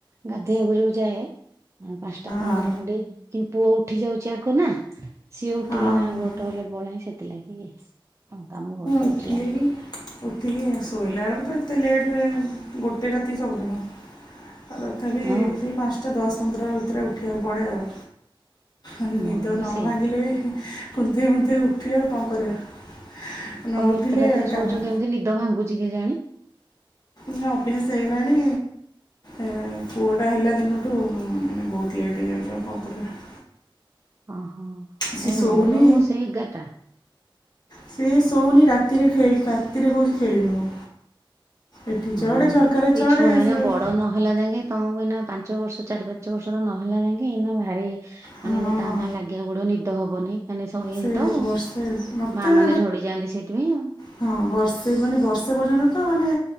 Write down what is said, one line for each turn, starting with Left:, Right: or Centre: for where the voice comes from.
Right: ଗାଧେଇବାକୁ ଯୋଉ ଯାଏ ପାଞ୍ଚଟା ପନ୍ଦର
Left: ହଁ
Right: କୋଡିଏ କିନ୍ତୁ ପୁଅ ଉଠି ଯାଉଛି ଆଗ ନା ସିଏ ଉଠିକିନା
Left: ହଁ
Right: ଗୋ ଟଏଲେଟ ପଳାଏ ସେଥିଲାଗିଁ କାମ
Left: ଉଠିଲେଣି
Right: ଉଠିଲା
Left: ଉଠିକି ଶୋଇଲା ବେଳକୁ ତ ଏତେ ଲେଟ୍ ହୁଏ ଗୋଟେ ରାତି ସବୁଦିନ। ଆ ତଥାପି
Right: ହଁ
Left: ସେଇ ପାଞ୍ଚଟା ଦଶ ପନ୍ଦର ଭିତରେ ଉଠିବାକୁ ପଡ଼େ ଆଉ। ଆମେ
Right: ମୋର
Left: ନିଦ
Right: ବି
Left: ନ
Right: ସେଇ
Left: ଭାଙ୍ଗିଲେ ବି କୁନ୍ଥେଇ ମୁନ୍ଥେଇ ଉଠିବା ଆଉ କଣ କରିବା। ନ
Right: ତମେ
Left: ଉଠିଲେ
Right: ଏତେ ରାତି ରେ ଶୋଉଚ
Left: କାମ
Right: କେମିତି ନିଦ ଭାଙ୍ଗୁଛି କେଜାଣି?
Left: ନା ଅଭ୍ୟାସ ହେଇଗଲାଣି ଏ ପୁଅଟା ହେଲା ଦିନଠୁ ମାନେ ବହୁତ ଲେଟ୍ ହେଇଯାଉଛି ଆଉ କଣ କରିବ।
Right: ଓହୋ ନାଇ
Left: ସିଏ ଶୋଉନି
Right: ମୋର ମୁଁ ସେ ଏଗାରଟା।
Left: ସେ ଶୋଉନି ରାତିରେ ଖେ ରାତିରେ କହୁଛି ଖେଳିବି ମୁଁ। ଏଠି
Right: ହଁ
Left: ଚଢ଼େ ଝରକାରେ
Right: ଏଇ
Left: ଚଢ଼େ
Right: ଛୁଆ ଏଇନା
Left: ସେ-
Right: ବଡ ନହେଲା ଯାଙ୍କେ ତମକୁ ଏଇନା ପାଞ୍ଚ ବର୍ଷ ଚାରି ପାଞ୍ଚ ବର୍ଷର ନହେଲା ଯାଇଁକି ଏଇନା ଭାରି ମାନେ
Left: ହଁ।
Right: ଟିକେ ତା ସାଙ୍ଗେ ଲାଗିବାକୁ ପଡିବ ନିଦ ହବନି। ସେମାନେ ଶୋଇବେନି
Left: ସେ
Right: ତ
Left: ବର୍ଷେ ମୋତେ
Right: ମା ମାନେ ଝଡିଯାଆନ୍ତି ସେଇଥିପାଇଁ ଆଉ।
Left: ହଁ ବର୍ଷେ ମାନେ ବର୍ଷେ ପର୍ଯ୍ୟନ୍ତ ତ ମାନେ